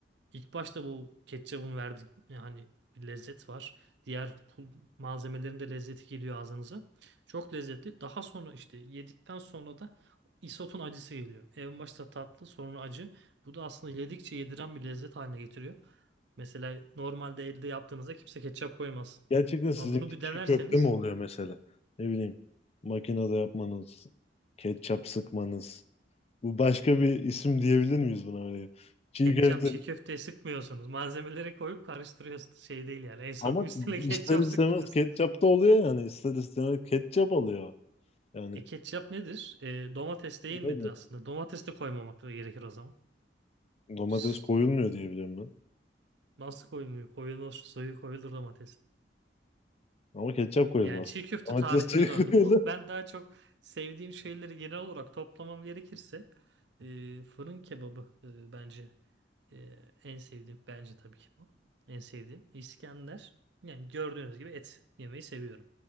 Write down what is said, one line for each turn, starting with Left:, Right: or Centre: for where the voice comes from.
Right: İlk başta bu ketçabın verdiği yani bir lezzet var. Diğer pul malzemelerin de lezzeti geliyor ağzınıza. Çok lezzetli. Daha sonra işte yedikten sonra da isotun acısı geliyor. En başta tatlı, sonra acı. Bu da aslında yedikçe yediren bir lezzet haline getiriyor. Mesela normalde elde yaptığınızda kimse ketçap koymaz.
Left: Gerçekten sizinki
Right: Ama bunu bir
Left: çiğ
Right: denerseniz
Left: köfte mi oluyor mesela? Ne bileyim makinede yapmanız, ketçap sıkmanız. Bu başka bir isim diyebilir miyiz buna? Hani Çiğ
Right: ketçap
Left: köfte
Right: çiğ köfteye sıkmıyorsunuz. Malzemeleri koyup karıştırıyorsunuz. Şey değil yani. En son
Left: Ama
Right: üstüne
Left: ister
Right: <laughs> ketçap
Left: istemez
Right: sıkmıyorsunuz.
Left: ketçap da oluyor yani. İster istemez ketçap alıyor Yani
Right: E ketçap nedir? E, domates değil
Left: nedir?
Right: midir aslında? Domates de koymamak da gerekir o zaman.
Left: Domates
Right: <laughs>
Left: koyulmuyor diye biliyorum ben.
Right: Nasıl koymuyor? Koyulur, suyu koyulur domates.
Left: Ama ketçap koyulmaz.
Right: Yani çiğ köfte
Left: Domates
Right: tarifine
Left: suyu
Right: döndü
Left: <laughs> koyulur.
Right: bu. Ben daha çok sevdiğim şeyleri genel olarak toplamam gerekirse e, fırın kebabı e, bence e, en sevdiğim. Bence tabii ki bu. En sevdiğim. İskender. Yani gördüğünüz gibi et yemeyi seviyorum.